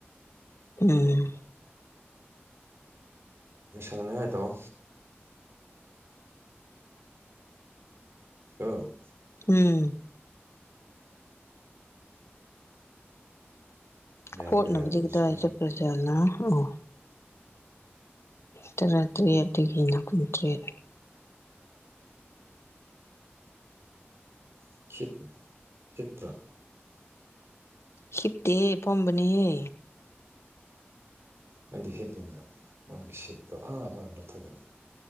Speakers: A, on the left (about 85°); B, on the right (about 75°).
A: ꯎꯝ
B: ꯌꯦꯡꯁꯟꯅꯤꯉꯥꯢ ꯇꯧꯋꯣ <unintelligible>
A: ꯎꯝ
B: ꯌꯥꯕ꯭ꯔꯥ
A: ꯍꯣꯠꯅꯕꯗꯤ
B: ꯌꯥꯗꯕꯁꯨ
A: ꯀꯗꯥꯢ
B: ꯈꯪꯗꯦ
A: ꯆꯠꯀ꯭ꯔꯖꯥꯠꯂ ꯑꯣ ꯇꯔꯥꯇꯔꯦꯠꯇꯒꯤꯅ ꯀꯨꯟꯇ꯭ꯔꯦꯠ
B: <unintelligible> ꯆꯤꯠꯄ꯭ꯔꯥ
A: ꯍꯤꯞꯇꯦꯍꯦ ꯐꯝꯕꯅꯤꯍꯦ
B: ꯑꯩꯗꯤ ꯍꯤꯞꯄꯤꯅ ꯃꯥꯒꯤ ꯁꯤꯠꯇꯣ ꯑꯥ <unintelligible>